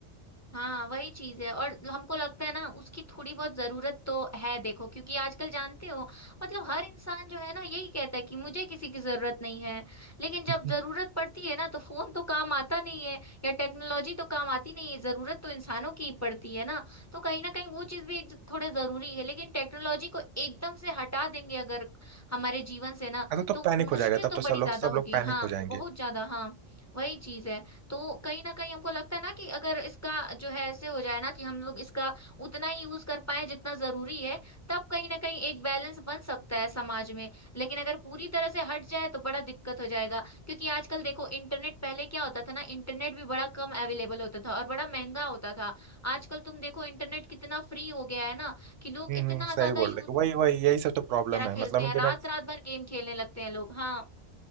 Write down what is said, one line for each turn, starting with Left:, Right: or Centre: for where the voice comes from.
Left: हाँ वही चीज है और हमको लगता है ना उसकी थोड़ी बहुत जरूरत तो है देखो क्योंकि आजकल जानते हो मतलब हर इंसान जो है ना यही कहता है कि मुझे किसी की जरूरत नहीं है लेकिन जब
Right: <laughs>
Left: जरूरत पड़ती है ना तो फोन तो काम आता नहीं है या टेक्नोलॉजी तो काम आती नहीं है जरूरत तो इंसानों की ही पड़ती है ना तो कहीं ना कहीं वो चीज भी एक थोड़े जरूरी है लेकिन टेक्नोलॉजी को एकदम से हटा देंगे अगर हमारे जीवन से ना
Right: अरे तो
Left: तो
Right: पैनिक
Left: मुश्किल
Right: हो जाएगा तब
Left: तो
Right: तो सब
Left: बड़ी
Right: लोग
Left: ज्यादा
Right: सब
Left: होगी
Right: लोग पैनिक
Left: हाँ
Right: हो जाएंगे
Left: बहुत ज्यादा हाँ वही चीज है तो कहीं ना कहीं हमको लगता है ना कि अगर इसका जो है ऐसे हो जाए ना कि हम लोग इसका उतना ही यूज कर पाए जितना जरूरी है तब कहीं ना कहीं एक बैलेंस बन सकता है समाज में लेकिन अगर पूरी तरह से हट जाए तो बड़ा दिक्कत हो जाएगा क्योंकि आजकल देखो इंटरनेट पहले क्या होता था ना इंटरनेट भी बड़ा कम अवेलेबल होता था और बड़ा महंगा होता था आजकल तुम देखो इंटरनेट कितना फ्री हो गया है ना कि लोग
Right: हम्म
Left: इतना
Right: हम्म, सही
Left: ज्यादा
Right: बोल
Left: यूज
Right: रहे हो। वही वही यही सब तो प्रॉब्लम है
Left: खेलते
Right: मतलब
Left: हैं
Right: इंटरनेट
Left: रात रात भर गेम खेलने लगते हैं लोग हाँ